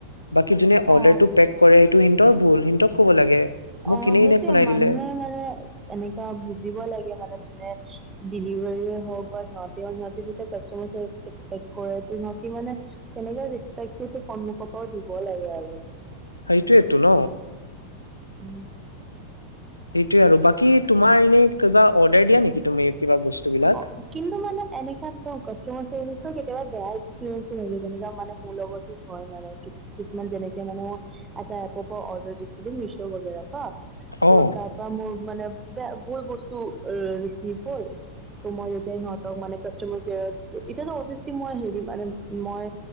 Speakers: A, on the left; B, on the right.
A: বাকী যোনে
B: অ
A: অৰ্ডাৰটো পেক কৰে সেইটো সিহঁতৰ ভুল সিহঁতক ক'ব লাগে। মোক
B: অ
A: ইনে
B: সেইটোয়ে
A: ইনে খুনাই
B: মানুহে
A: দিলে
B: মানে এনেুৱা বুজিব লাগে মানে যোনে ডিলিভাৰ হওক হয়। সিহঁতে যেতিয়া কষ্ট কৰিছে চাপসকাইপ কৰাটো মানে কোনোবাই ৰেচপেকট সন্মুখৰ পৰা দিব লাগে আৰু।
A: সেইটো এইটো ন
B: উম
A: সেইটোয়ে আৰু বাকী তোমাৰ এনেই কিবা অৰ্ডাৰ দিয়া নেকি তুমি? কিবা বস্তু বিলাক
B: অ কিন্তু মানে এনেকা কাষ্টমাৰ চাৰ্ভিচও কেতিয়াবা বেয়া হৈছে। তেনে মানে মোৰ লগতো হয় মানে কি কিছুমান যেনেকে মানে এটা এপৰ পৰা অৰ্ডাৰ দিছিলো মিছ বাগোৰ পৰা তো
A: অ
B: তাৰ পৰা মোৰ মানে বেয়া ভুল বস্তু ৰিচিভ হল ত মই যেতিয়া সিহঁতক মানে কাষ্টমাৰ কেয়াৰত এতিয়াতো অভিয়াচলি মই হেৰি মান মই